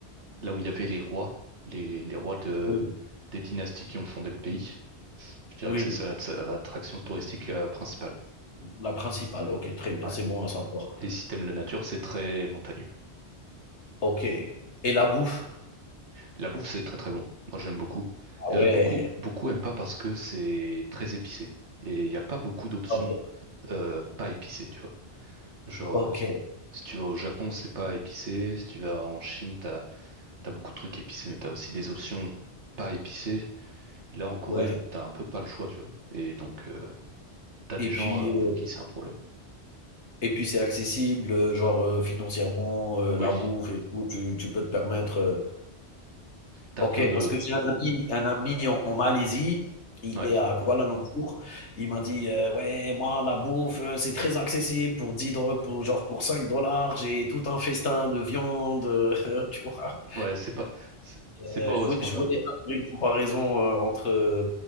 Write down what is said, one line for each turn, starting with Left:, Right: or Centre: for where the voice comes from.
Right: là où il y avait les rois, les, les rois de,
Left: oui,
Right: des dynasties qui ont fondé le pays. Je dirais
Left: oui,
Right: que c'est ça la l'attraction touristique euh, principale.
Left: la principale, OK, très bien,
Right: Ouais.
Left: c'est bon à savoir.
Right: Et si t'aimes la nature, c'est très montagneux.
Left: OK et la bouffe?
Right: La bouffe, c'est très très bon. Moi, j'aime beaucoup.
Left: Ah
Right: Euh,
Left: ouais,
Right: beaucoup, beaucoup aiment pas parce que c'est très épicé. Et il n'y a pas beaucoup d'options
Left: Ah ouais.
Right: euh, pas épicées, tu vois. Genre,
Left: OK,
Right: euh, si tu vas au Japon, c'est pas épicé. Si tu vas en Chine, t'as, t'as beaucoup de trucs épicés, mais t'as aussi des options pas épicées. Là, en Corée,
Left: ouais
Right: t'as un peu pas le choix, tu vois. Et donc, euh, t'as des
Left: et
Right: gens
Left: puis,
Right: euh, pour
Left: heu
Right: qui c'est un problème.
Left: et puis c'est accessible, heu, genre, heu, financièrement, heu, la
Right: Oui.
Left: bouffe et tout, tu tu peux te permettre, heu
Right: T'as
Left: OK,
Right: plein de...
Left: parce que j'ai un ami un ami en en Malaisie, il
Right: ouais.
Left: est à Kuala Lumpur, il m'a dit, heu: «Ouais, moi la bouffe, heu, c'est très accessible pour 10 dollars, pour genre pour cinq dollars, j'ai tout un festin de viande», <laughs> tu vois?
Right: Ouais, c'est pas, c'est c'est
Left: Euh,
Right: pas
Left: je
Right: à
Left: voulais,
Right: ce point-là.
Left: je voulais faire une comparaison euh, entre, euh,